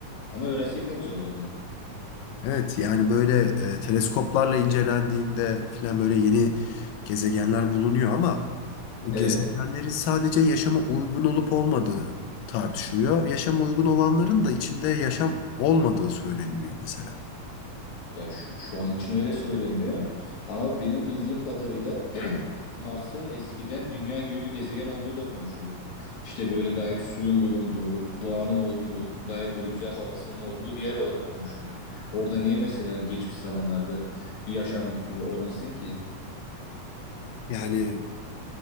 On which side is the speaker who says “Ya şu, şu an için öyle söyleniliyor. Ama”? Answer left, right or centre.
Left